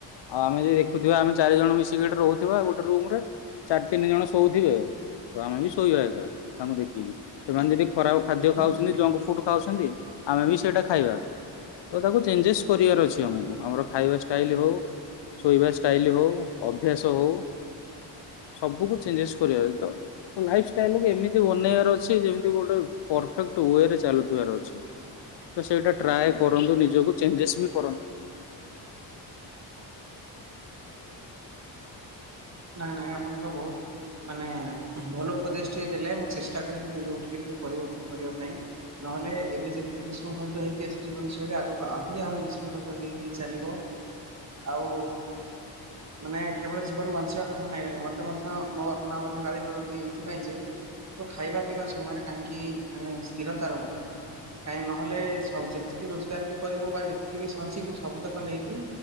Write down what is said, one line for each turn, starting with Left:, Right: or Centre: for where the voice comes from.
Left: ଆଉ ଆମେ ଯଦି ଦେଖୁଥିବା ଆମେ ଚାରି ଜଣ ମିଶିକି ଏଠି ରହୁଥିବା ଗୋଟେ ରୁମ ରେ। ଚାରି ତିନି ଜଣ ଶୋଉଥିବେ ତ ଆମେ ବି ଶୋଇବା ଏକା ତାଙ୍କୁ ଦେଖିକି ସେମାନେ ଯଦି ଖରାପ ଖାଦ୍ୟ ଖାଉଛନ୍ତି
Right: ହୁଁ
Left: ଜଙ୍କ ଫୁଡ ଖାଉଛନ୍ତି ଆମେ ବି ସେଇଟା ଖାଇବା ତ ତାକୁ ଚେଞ୍ଜେସ୍ କରିବାର ଅଛି
Right: ହୁଁ।
Left: ଆମକୁ ଆମର ଖାଇବା ଷ୍ଟାଇଲ ହଉ ଶୋଇବା ଷ ଷ୍ଟାଇଲ ହଉ ଅଭ୍ୟାସ ହଉ ସବୁକୁ ଚେଞ୍ଜେସ କରିବାର ଅଛି ତ ଲାଇଫ ଷ ଷ୍ଟାଇଲକୁ ଏମିତି ବନେଇବାର ଅଛି ଯେମିତି ଗୋଟେ ପରଫେକ୍ଟ ୱେ ରେ ଚାଲୁଥିବାର ଅଛି। ତ ସେଇଟା ଟ୍ରାଏ କରନ୍ତୁ ନିଜକୁ ଚେଞ୍ଜେସ ବି କରନ୍ତୁ। <inaudible>
Right: ନାଇଁ ନାଇଁ ଆପଣ ତ ବହୁତ ମାନେ ଭଲ ଉପଦେଶ ଟିଏ ଦେଲେ ମୁ ଚେଷ୍ଟା କରିବି ନିଜକୁ ଟିକେ ଟିକେ ପରିବର୍ତ୍ତନ କରିବା ପାଇଁ ନ ହେଲେ ଏବେ ଯେତିକି ବିଶୃଙ୍ଖଳିତ ହେଇକି ଆସିଛି ଜୀବନଶୈଳୀ ଆଗକୁ ଆହୁରି ଆହୁରି ବିଶୃଙ୍ଖଳିତ ହେଇ ହେଇ ଚାଲିବ। ଆଉ ମାନେ କେବଳ ଜୀବନ ବଞ୍ଚି ଞ୍ଚୀବା କଥା ନାଇଁ ମତେ ମଧ୍ୟ ମୋ ବାପା ମଧ୍ୟ ଗାଳି କରନ୍ତି ଏଇଥିପାଇଁ ଯେ ତୋ ଖାଇବା ପିଇବା ସମୟରେ କାହିଁକି ଆଁ ସ୍ଥିରତା ରହୁନି କାହିଁ ନହେଲେ ସ ଯେତିକି ରୋଜଗାର ବି କରିବୁ ବା ଯେତିକି ବି ସଞ୍ଚିବୁ ସବୁତକ ନେଇକି